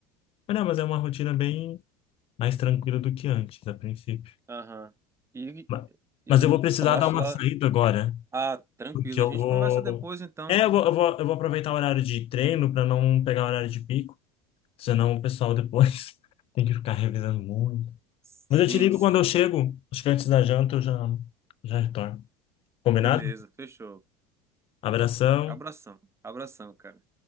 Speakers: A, on the left; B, on the right.
A: Mas não, mas é uma rotina bem mais tranquila do que antes, a princípio.
B: Aham. E,
A: Ma-
B: e,
A: Mas eu vou
B: e tu
A: precisar
B: falaste
A: dar uma
B: lá.
A: saída agora,
B: Ah, tranquilo.
A: porque eu
B: A gente
A: vou.
B: conversa depois então,
A: É,
B: pô.
A: eu vou, eu vou, eu vou aproveitar o horário de treino para não pegar o horário de pico, senão o pessoal depois <laughs> tem que ficar revisando muito.
B: Sim,
A: Mas eu te ligo
B: sim.
A: quando eu chego. Acho que antes da janta eu já, já retorno. Combinado?
B: Beleza, fechou.
A: Abração.
B: Abração. Abração, cara.